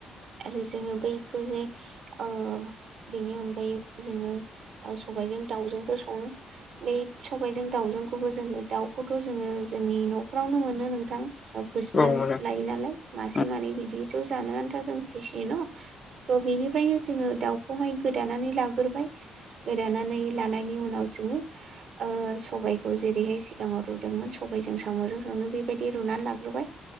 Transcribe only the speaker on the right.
आरो जोङो बैखौ जे ओ बेनि अनगायै जोङो सबायजों दाउजोंबो सङो। बे सबायाइजों दाउजोंखौबो जोङो दाउखौथ' जोङो जोंनि न'फ्रावनो मोनो नोंथां। फोसनानै
लायो नालाय मासे
मानै बिदिथ' जानो आन्था जों फिसियो न'। थ' बेनिफ्रायनो जोङो दाउखौहाय गोदानानै लाग्रोबाय। गोदानानै लानायनि उनाव जोङो ओ सबायखौ जेरैहाय सिगाङाव रुदोंमोन सबायाइजों साम'जों संनो बे बेदि रुनानै लाग्रोबाय।